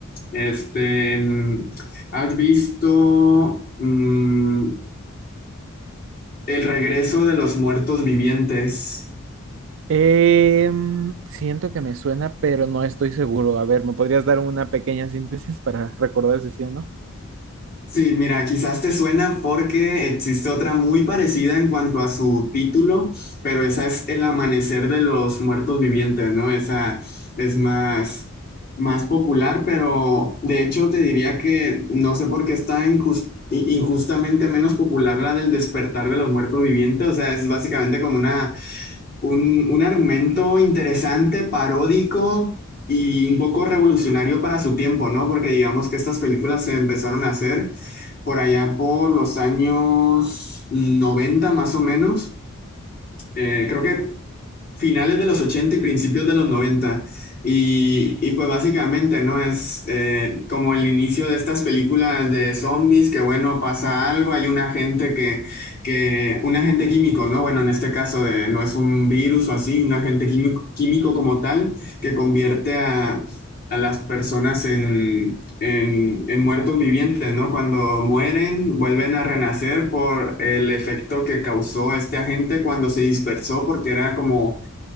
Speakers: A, on the left (about 45°); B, on the right (about 60°).
A: Este, mm, ¿has visto mm, El regreso de los muertos vivientes?
B: Em, siento que me suena, pero no estoy seguro. A ver, ¿me podrías dar una pequeña síntesis para recordar si sí o no?
A: Sí, mira, quizás te suena porque existe otra muy parecida en cuanto a su título, pero esa es El amanecer de los muertos vivientes, ¿no? Esa es más, más popular, pero de hecho te diría que no sé por qué está injus- i- injustamente menos popular la del despertar de los muertos vivientes, o sea, es básicamente como una un, un argumento interesante, paródico y un poco revolucionario para su tiempo, ¿no? Porque digamos que estas películas se empezaron a hacer por allá por los años noventa más o menos eh, creo que finales de los 80 y principios de los noventa Y, y pues básicamente, ¿no? Es eh, como el inicio de estas películas de zombies, que bueno, pasa algo, hay un agente que, que, un agente químico, ¿no? Bueno, en este caso de, no es un virus o así, un agente químico, químico como tal, que convierte a, a las personas en en, en muertos vivientes, ¿no? Cuando mueren, vuelven a renacer por el efecto que causó este agente cuando se dispersó, porque era como